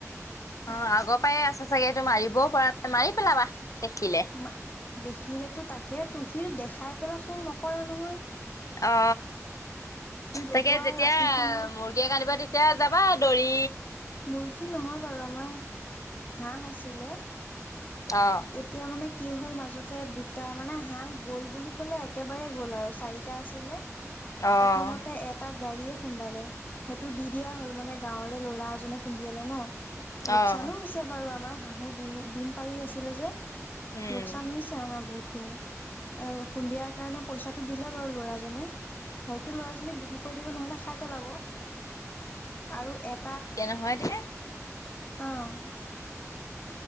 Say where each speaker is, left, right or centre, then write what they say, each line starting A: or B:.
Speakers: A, on the left; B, on the left.
A: অ আগৰ পাই আছে - চাগে তো মাৰিবও পৰা নাই মাৰি পেলাবা- দেখিলে।
B: ম দেখিলেতো তাকে তহি দেখাই পেলাই চুৰ নকৰা নহয়-
A: অ,
B: সি ল'ব
A: তাকে
B: আৰু
A: যেতিয়া
B: ৰাতি সময়ত
A: মুৰ্গীয়েক আনিবা দি এতিয়া যাবা দৰি
B: মুৰ্গী নহয় বাৰু আমাৰ হাঁহ আছিলে।
A: অ',
B: এতিয়া মানে- কি হ'ল মাজতে দুটা মানে হাহ গ'ল বুলি ক'লে একেবাৰে গ'ল আৰু চাৰিটা আছিলে।
A: অ',
B: প্ৰথমতে এটা- গাড়ীয়ে খুন্দালে সেইটো দি দিয়া হ'ল মানে গাঁৱৰে ল'ৰা এজনে খুন্দিয়ালে ন- লোকচানো
A: অ',
B: হৈছে বাৰু আমাৰ হাঁহো ডিম ডিম পালি আছিলো যে-
A: উম।
B: লোকচান হৈছে আমাৰ বহুত। খিনি আৰু সন্ধিয়াৰ কাৰণে পইচাটো দিলে বাৰু ল'ৰাজনে- হয়তো ল'ৰাজনে বিক্ৰী কৰি দিব নহলে খাই পেলাব আৰু এ এ
A: এতিয়া নহয় দে
B: আহ-